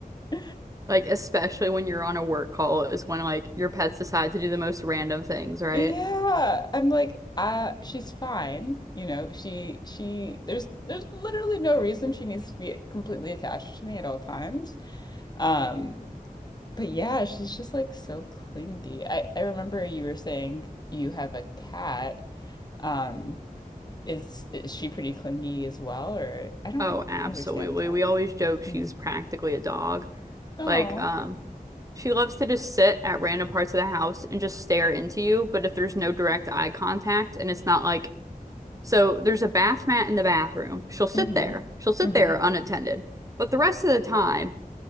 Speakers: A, on the left; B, on the right.
A: <laughs>
B: Like, especially when you're on a work call, is when like your pets decide to do the most random things, right?
A: Yeah, I'm like, uh, she's fine. You know, she she there's there's literally no reason she needs to be completely attached to me at all times. Um, But yeah, she's just like so clingy. I I remember you were saying you have a cat. Um, is is she pretty clingy as well, or I don't
B: Oh,
A: un-
B: absolutely.
A: understand cats.
B: We always joke she's
A: Mm.
B: practically a dog.
A: Oh.
B: Like, um, she loves to just sit at random parts of the house and just stare into you, but if there's no direct eye contact and it's not like, so there's a bath mat in the bathroom, she'll sit
A: Mm-hmm.
B: there. She'll sit
A: Mm-hmm.
B: there unattended. But the rest of the time,